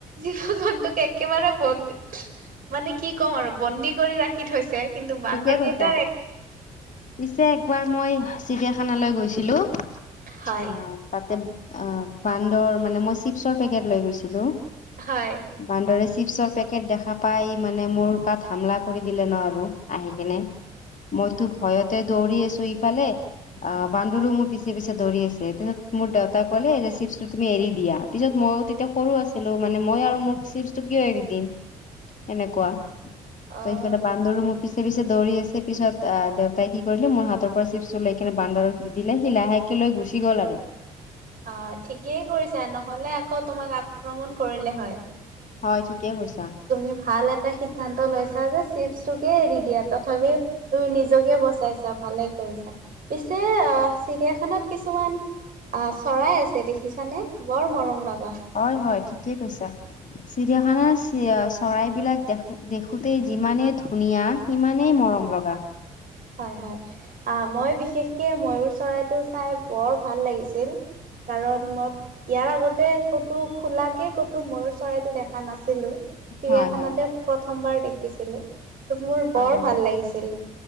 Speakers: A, on the right; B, on the left.
A: জীৱ জন্তুক একেবাৰে বন্দীত, মানে কি ক'ম আৰু বন্দী কৰি ৰাখি থৈছে। কিন্তু বান্দৰ
B: ঠিকেই
A: কেইটাৰ
B: কৈছা।
A: এক
B: পিছে একবাৰ মই চিৰিয়াখানালৈ গৈছিলো, আহ
A: হয়।
B: তাতে অ বান্দৰ মানে মই চিপছৰ পেকেট লৈ গৈছিলো।
A: হয়।
B: বান্দৰে চিপছৰ পেকেট দেখা পাই মানে মোৰ গাত হামলা কৰি দিলে ন আৰু। আহি কিনে, মইতো ভয়তে দৌৰি আছো ইফালে আহ বান্দৰো
A: হয়।
B: মোৰ, পিছে পিছে দৌৰি আছে, তাৰ পিছত মোৰ দেউতাই ক'লে যে চিপছটো তুমি এৰি দিয়া। পিছত মইও তেতিয়া, সৰু আছিলো, মানে মই আৰু মোৰ চিপছটো কিয় এৰি দিম? সেনেকুৱা।
A: অ',
B: তাৰ পিছতে বান্দৰো মোক, পিছে পিছে দৌৰি আছে, পিছত দেউতাই কি কৰিলে মোৰ হাতৰ পৰা চিপছ টো লৈ কিনে বান্দৰক দি দিলে, সি লাহে কে লৈ গুচি গ'ল আৰু।
A: অ, ঠিকেই কৰিছা নহলে আকৌ তোমাক আক্ৰমণ কৰিলে হয়।
B: হয়, ঠিকেই কৈছা।
A: তুমি ভাল এটা সিদ্ধান্ত লৈছা যে চিপছটোকে এৰি দিয়া, তথাপিও তুমি নিজকে বচাইছা ভালে কৰিছা, পিছে আহ চিৰিয়াখানত কিছুমান, আহ চৰাই আছে দেখিছানে? বৰ মৰম লগা।
B: হয় হয়, ঠিকেই কৈছা। চিৰিয়াখানাৰ চৰাইবিলাক দেখো দেখোতেই যিমানেই ধুনীয়া। সিমানেই মৰম লগা।
A: হয় হয়, অ মই বিশেষকে ময়ুৰ চৰাইটো চাই বৰ ভাল লাগিছিল। কাৰণ মই, ইয়াৰ আগতে ক'তো খোলাকে ক'তো ময়ুৰ চৰাইটো দেখা নাছিলো। চিৰিয়াখানাতে
B: হয় হয়
A: প্ৰথমবাৰ দেখিছিলো ত' মোৰ বৰ
B: অ
A: ভাল লাগিছিল।